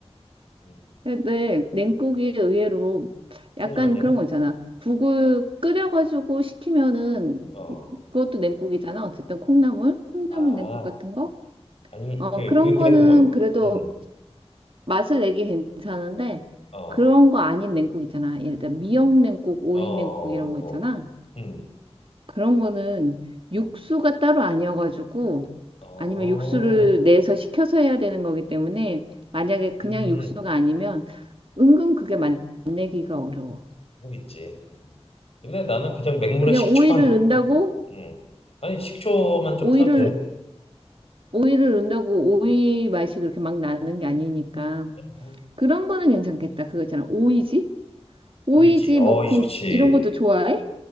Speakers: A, on the left (about 65°); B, on the right (about 55°).
A: 음,
B: 근데 냉국이 의외로
A: 손이
B: 약간
A: 많이
B: 그런
A: 가?
B: 거 있잖아. 국을 끓여가지고 식히면은
A: 어.
B: 그것도 냉국이잖아. 어쨌든 콩나물, 콩나물
A: 아
B: 냉국 같은 거.
A: 아니
B: 어,
A: 그그
B: 그런
A: 그, 그
B: 거는
A: 냉국 말고.
B: 그래도
A: 음.
B: 맛을 내기 괜찮은데
A: 어.
B: 그런 거 아닌 냉국 있잖아. 예를 들어 미역 냉국, 오이
A: 어.
B: 냉국 이런
A: 그.
B: 거 있잖아.
A: 음.
B: 그런 거는 육수가
A: 음.
B: 따로 아니어가지고
A: 어.
B: 아니면 육수를 내서 시켜서 해야 되는 거기 때문에 만약에 그냥
A: 음.
B: 육수가 아니면 은근 그게 맛내기가 어려워.
A: 모르겠지. 음. 근데 나는 그냥 맹물에
B: 그냥
A: 식초만
B: 오이를 넣는다고
A: 타도. 음. 아니 식초만 좀
B: 오이를
A: 타도 돼.
B: 오이를 넣는다고 오이 맛이 그렇게 막 나는 게 아니니까
A: 음. 음.
B: 그런 거는 괜찮겠다. 그거 있잖아. 오이지? 오이지
A: 오이지, 어이
B: 뭐 붕-
A: 좋지.
B: 이런 것도 좋아해?